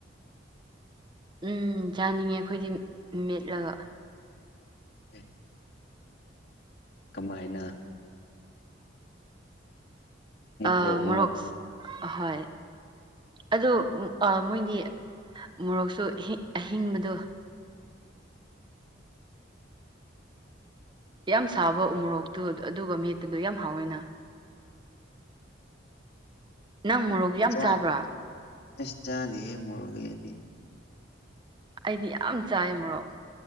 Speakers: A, on the right; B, on the left.
A: ꯎꯝ ꯆꯥꯅꯤꯡꯉꯦ ꯑꯩꯈꯣꯏꯗꯤ ꯃꯦꯠꯂꯒ꯫
B: ꯑꯦ ꯀꯃꯥꯏꯅ
A: ꯑ
B: ꯃꯣꯔꯣꯛ
A: ꯃꯣꯔꯣꯛꯁ ꯑꯍꯣꯏ ꯑꯗꯣ ꯎ ꯑ ꯃꯣꯏꯗꯤ ꯃꯣꯔꯣꯛꯁꯨ ꯑꯍꯤ ꯑꯍꯤꯡꯕꯗꯣ ꯌꯥꯝ ꯁꯥꯕ ꯎꯃꯣꯔꯣꯛꯇꯨ ꯑꯗꯨ ꯑꯗꯨꯒ ꯃꯦꯠꯄꯗꯨ ꯌꯥꯝ ꯍꯥꯎꯋꯦꯅ ꯅꯪ ꯃꯣꯔꯣꯛ ꯌꯥꯝ
B: ꯆꯥ
A: ꯆꯥꯕ꯭ꯔꯥ
B: ꯑꯁ ꯆꯥꯗꯦꯌꯦ ꯃꯣꯔꯣꯛ <unintelligible> ꯗꯤ
A: ꯑꯩꯗꯤ ꯌꯥꯝ ꯆꯥꯏ ꯃꯣꯔꯣꯛ